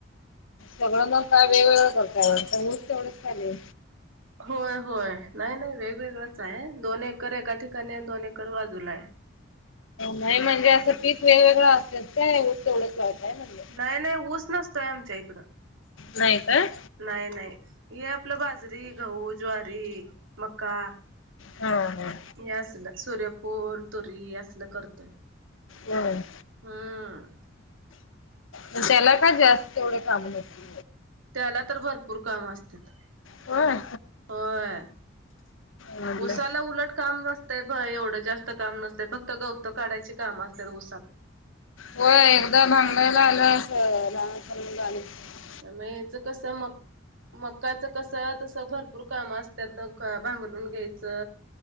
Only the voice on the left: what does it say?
सगळं मग काय वेगवेगळं करताय सगळं तेवढंच चाले.
नाही म्हणजे पीक वेगवेगळं असतेत काय तेवढंच लावताय म्हणल?
नाही काय?
हा हा.
होय.
म त्याला का जास्त एवढे काम होतील?
होय.
म्हटलं
होय एकदा भांगडायला आलं अस लहान म्हणलं आम्ही <unintelligible>